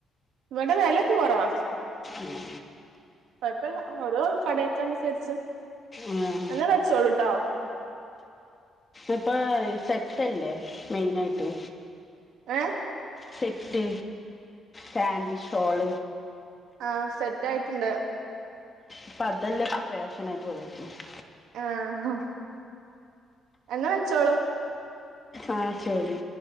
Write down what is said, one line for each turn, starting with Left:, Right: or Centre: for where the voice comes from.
Right: ഇവിടെ വിലക്കെ കുറവാ
Left: ഉം
Right: കുഴപ്പമില്ല ഓരോ കടകൾക്ക് അനുസരിച്ച്
Left: ഉം.
Right: എന്നാ വെച്ചോളുട്ടോ
Left: ഇപ്പൊ സെറ്റല്ലേ മെയിൻ ആയിട്ട്
Right: ഹേ
Left: സെറ്റ് പാന്റ് ഷോൾ
Right: ആഹ സെറ്റ് ആയിട്ടുണ്ട്
Left: ഇപ്പൊ അതൊക്കെയല്ലേ ഫാഷൻ ആയിട്ട് വന്നിരിക്കുന്നത്
Right: ആഹ ഹ എന്നാ വെച്ചോളൂ
Left: ആഹ ശരി